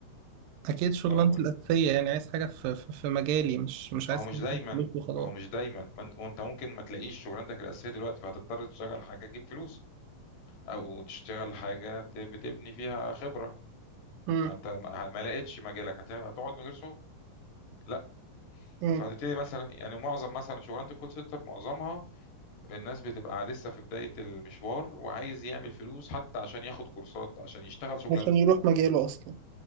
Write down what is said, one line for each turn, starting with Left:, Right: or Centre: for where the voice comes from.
Right: اكيد شغلانتي
Left: اه قول
Right: الاساسيه
Left: لي.
Right: يعني عايز حاجه في في في مجالي مش مش
Left: ما
Right: عايز
Left: هو مش
Right: حاجه
Left: دايما
Right: في فلوس وخلاص
Left: ما هو مش دايما ما انت وانت ممكن ما تلاقيش شغلانتك الاساسيه دلوقتي فهتضطر تشتغل حاجه تجيب فلوس او تشتغل حاجه ت- بتبني فيها خبره
Right: امم
Left: ما انت ما ما لقيتش مجالك هت- هتقعد من غير شغل لا
Right: امم
Left: فهتبتدي مثلا يعني معظم مثلا شغلانه الكول سنتر معظمها الناس بتبقى لسه في بداية المشوار وعايز يعمل فلوس حتى عشان ياخد كورسات عشان يشتغل شغلانته
Right: عشان يروح مجاله اصلا